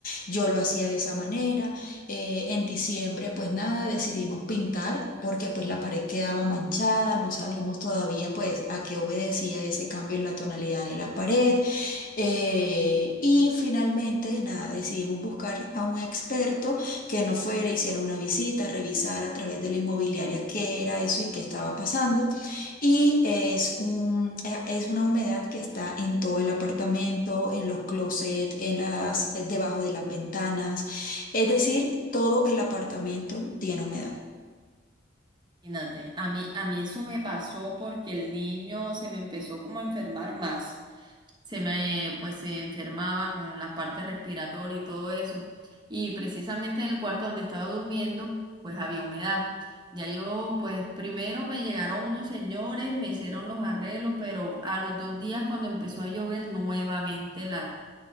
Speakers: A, on the left (about 45°); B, on the right (about 20°).
A: Yo lo hacía de esa manera. Eh, en diciembre, pues nada, decidimos pintar porque pues la pared quedaba manchada, no sabíamos todavía pues a qué obedecía ese cambio en la tonalidad de la pared. Eh, y finalmente, nada, decidimos buscar a un experto que nos fuera, hiciera una visita, revisara a través de la inmobiliaria qué era eso y qué estaba pasando. Y es un, eh, es una humedad que está en todo el apartamento, en los closets, en las, eh, debajo de las ventanas. Es decir, todo el apartamento tiene humedad.
B: Imagínate, a mí, a mí eso me pasó porque el niño se me empezó como a enfermar más. Se me, pues se enfermaba con la parte respiratoria y todo eso. Y precisamente en el cuarto donde estaba durmiendo, pues había humedad. Ya yo, pues primero me llegaron unos señores, me hicieron los arreglos, pero a los dos días cuando empezó a llover nuevamente la